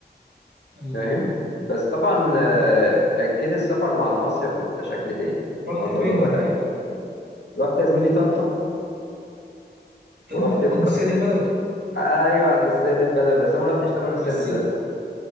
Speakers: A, on the right; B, on the left.
A: اه
B: فاهم بس طبعا آه،
A: رحت فين
B: اكيد السفر مع المصيف بيبقى شكل تاني
A: رحت
B: او تجربه
A: فين قبل
B: تانية
A: كده
B: رحت يا زميلي طنطا
A: ده
B: ورحت
A: انت
B: الك...
A: عند السيد البدوي
B: ايوه عند السيد البدوي بس انا ما رحتش طبعا السيد
A: ما السيد
B: البدوي